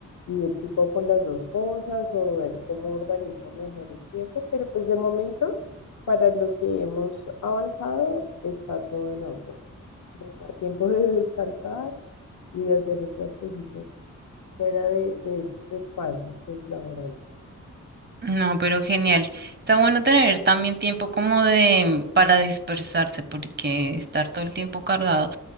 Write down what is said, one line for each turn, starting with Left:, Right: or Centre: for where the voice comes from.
Left: y ver si puedo con las dos cosas o ver cómo organizo mejor el tiempo, pero pues de momento, para lo que hemos avanzado, está todo en orden. A tiempo de descansar y de hacer otras cositas fuera de, de estos espacios pues laborales.
Right: no, pero genial. Está bueno tener también tiempo como de para dispersarse, porque estar todo el tiempo cargado